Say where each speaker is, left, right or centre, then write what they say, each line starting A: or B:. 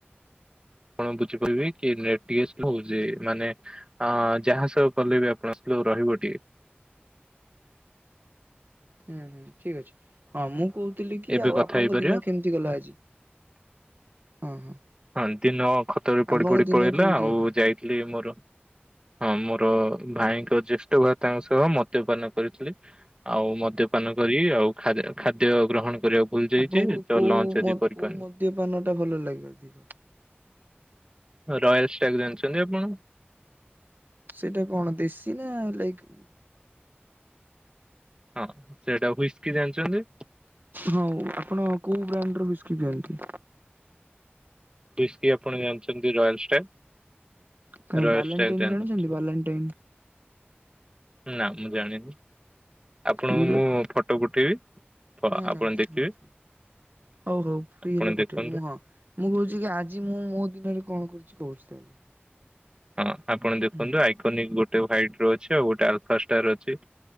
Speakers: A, on the right (about 25°); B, on the right (about 55°).
A: ଆପଣ ବୁଝିପାରିବେ କି ନେଟ ଟିକେ ଶ୍ଲୋ ହଉଛି ମାନେ ଅଁ ଯାହା ସବୁ କଲେ ବି ଆପଣ <unintelligible> ରହିବ ଟିକେ।
B: ହୁଁ ହୁଁ। ଠିକ ଅଛି। ହଁ ମୁଁ କହୁଥିଲି କି
A: ଏବେ
B: ଆଉ
A: କଥା
B: ଆପଣଙ୍କ
A: ହେଇପାରିବା
B: ଦିନ କେମିତି ଗଲା ଆଜି? ହଁ ହଁ।
A: ହଁ ଦିନ ଖଟରେ ପଡି
B: ଆପଣଙ୍କ
A: ପଡି
B: ଦିନ
A: ପଳେଇଲା
B: କେମିତି
A: ଆଉ
B: ଗଲା?
A: ଯାଇଥିଲି ମୋର ହଁ ମୋର ଭାଇଙ୍କ ଜ୍ୟେଷ୍ଠ ଭ୍ରାତାଙ୍କ ସହ ମଦ୍ୟପାନ କରିଥିଲି ଆଉ ମଦ୍ୟପାନ କରି ଆଉ ଖାଦ-ଖାଦ୍ୟ ଗ୍ରହଣ କରିଆକୁ ଭୁଲ ଯାଇଛି
B: ଆପଣଙ୍କୁ
A: ତ
B: କୋଉ
A: ଲଞ୍ଚ ଆଜିି
B: ମଦ
A: କରିପାରିନି।
B: କୋଉ ମଦ୍ୟପାନ ଟା ଭଲ ଲାଗେ ଅଧିକ?
A: ରୟାଲ ଷ୍ଟାଗ ଜାଣିଛନ୍ତି ଆପଣ?
B: ସେଇଟା କଣ ଦେଶୀ ନା ଲାଇକ୍
A: ହଁ ସେଟା ହୁଇସ୍କି ଜାଣିଛନ୍ତି?
B: ହଁ ଆପଣ କୋଉ ବ୍ରାଣ୍ଡ ର ହୁଇସ୍କି ପିଅନ୍ତି?
A: ହୁଇସ୍କି ଆପଣ ଜାଣିଛନ୍ତି ରୟାଲ ଷ୍ଟାଗ?
B: କାଇଁ
A: ରୟାଲ
B: ବାଲାଣ୍ଟାଇନ
A: ଷ୍ଟାଗ ଜାଣିନଥିବେ।
B: ଜାଣିଛନ୍ତି ବାଲାଣ୍ଟାଇନ
A: ନା ମୁଁ ଜାଣିନି। ଆପଣଙ୍କୁ
B: ପିଇବେ
A: ମୁଁ ଫଟୋ ପଠେଇବି। ପ
B: ନାଇଁ
A: ଆପଣ
B: ନାଇଁ ଥାଉ
A: ଦେଖିବେ।
B: ଥାଉ। ହଉ ହଉ ଫ୍ରି
A: ଆପଣ
B: ହେଲେ ପଠେଇବେ
A: ଦେଖନ୍ତୁ
B: ମୁଁ ହଁ ମୁଁ କହୁଛି କି ଆଜି ମୁଁ ମୋ ଦିନରେ କଣ କରିଛି କହୁଛି। ତାହେଲେ
A: ହଁ ଆପଣ ଦେଖନ୍ତୁ
B: ହୁଁ
A: ଆଇକୋନିକ ଗୋଟେ ହ୍ବାଇଟ ର ଅଛି ଆଉ ଗୋଟେ ଆଲଫା ଷ୍ଟାର ଅଛି।